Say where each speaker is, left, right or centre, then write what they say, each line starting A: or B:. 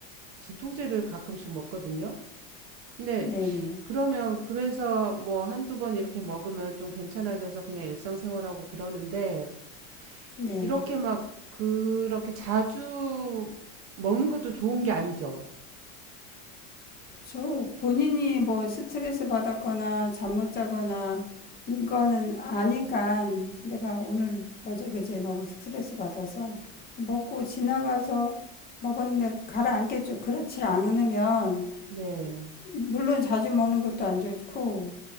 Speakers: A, on the right (about 35°); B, on the left (about 20°).
A: 진통제를 가끔씩 먹거든요. 근데
B: 네네.
A: 그러면 그래서 뭐 한두 번 이렇게 먹으면 좀 괜찮아져서 그냥 일상생활하고 그러는데
B: 네.
A: 이렇게 막 그렇게 자주 먹는 것도 좋은 게 아니죠.
B: 그쵸. 본인이 뭐 스트레스 받았거나 잠 못 자거나 이거는 아니까 내가 오늘 어제 그제 너무 스트레스 받아서 먹고 지나가서 먹었는데 가라앉겠죠. 그렇지 않으면
A: 네.
B: 물론 자주 먹는 것도 안 좋고